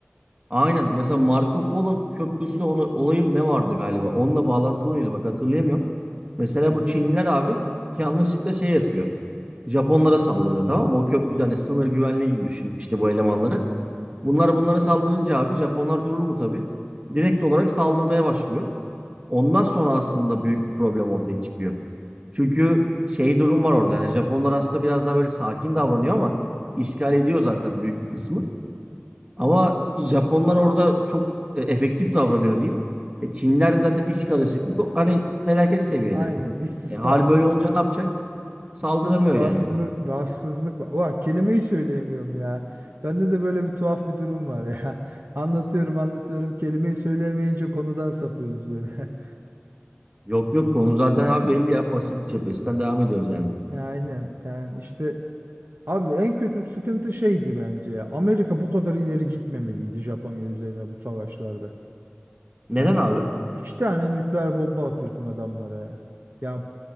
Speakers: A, on the right; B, on the right.
A: Aynen. Mesela Marco Polo Köprüsü onu, olayı mı ne vardı galiba? Onunla bağlantılı mıydı? Bak hatırlayamıyorum. Mesela bu Çinliler abi yanlışlıkla şey yapıyor. Japonlara saldırıyor tamam mı? O köprüde hani sınır güvenliği gibi düşün işte bu elemanları. Bunlar bunlara saldırınca abi Japonlar durur mu tabii? Direkt olarak saldırmaya başlıyor. Ondan sonra aslında büyük bir problem ortaya çıkıyor. Çünkü şey durum var orada yani Japonlar aslında biraz daha böyle sakin davranıyor ama işgal ediyor zaten büyük bir kısmı. Ama Japonlar orada çok e, efektif davranıyor diyeyim. E, Çinliler de zaten iç karışıklık o- hani felaket seviyede.
B: Aynen. İstisna,
A: E, hal böyle
B: i-
A: olunca ne yapacak? Saldıramıyor
B: istisraslı,
A: yani.
B: rahatsızlık var. Vah, kelimeyi söyleyemiyorum ya. Bende de böyle bir tuhaf bir durum var ya. <laughs> Anlatıyorum anlatıyorum. Kelimeyi söyleyemeyince konudan sapıyoruz böyle. <laughs>
A: Yok yok konu zaten abi belli ya Pasifik cephesinden devam ediyoruz yani.
B: Ya Aynen. Yani işte abi en kötü sıkıntı şeydi bence ya. Amerika bu kadar ileri gitmemeliydi Japonya üzerine bu savaşlarda.
A: Neden
B: Ya
A: abi?
B: iki tane nükleer bomba atıyorsun adamlara ya. Ya